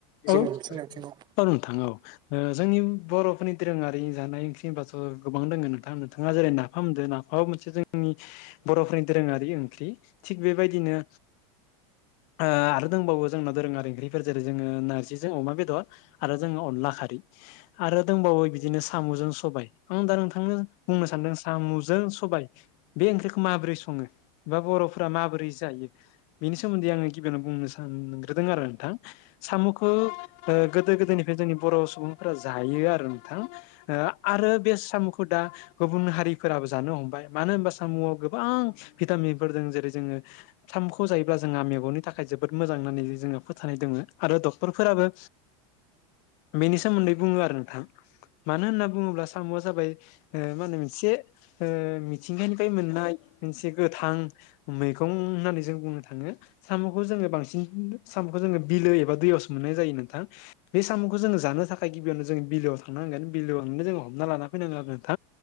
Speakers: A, on the right; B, on the left.
A: जोंनि
B: औ औ
A: बिथिं आथिङाव
B: नोंथां औ जोंनि बर'फोरनि दोरोङारि जानाय ओंख्रि होनबाथ' गोबां दङ नोंथां नोंथाङा जेरै नामदो ना म मोनसे जोंनि बर'फोरनि दोरोङारि ओंख्रि थिग बेबायदिनो आरो दंबावो जोंनाव दोरोङारि ओंख्रिरिफोर जेरै जोङो नारजिजों अमा बेदर। आरो जोङो अनला खारै आरो दंबावो बिदिनो साम'जों सबाय आं दा नोंथांनो बुंनो सानदों साम'जों सबाय बे ओंख्रिखौ माबोरै सङो बा बर'फोरा माबोरै जायो। बेनि सोमोन्दै आङो गिबियावनो बुंनो सानग्रोदों आरो नोंथां साम'खौ गोदो गोदायनिफ्राय जोंनि बर' सुबुंफोरा जायो आरो नोंथां। ओ आरो बे साम'खौ दा गुबुन हारिफोराबो जानो हमबाय मानो होनबा सामुआव गोबां भिटामिनफोर द जेरै जोङो। साथथामखौ जायोब्ला जोंहा मेगननि थाखाय जोबोद मोजां होननानै जोङो फोथायनाय दङ। आरो डक्टरफोराबो बेनि सोमोन्दै बुङो आरो नोंथां। मानो होनना बुङोब्ला साम'आ जाबाय मा होनो मोनसे मिथिंगानिफ्राय मोननाय। मोनसे गोथां मैगं होननानै जों बुंनो थाङो साम'खौ जोङो बांसिन साम'खौ जोङो बिलो एबा दैयावसो मोननाय जायो नोंथां। बे साम'खौ जोङो जानो थाखाय गिबियावनो जोङ बिोआव थांनांगोन बिलोयाव थांनो जों हमना लान फैांगोन आरो नथ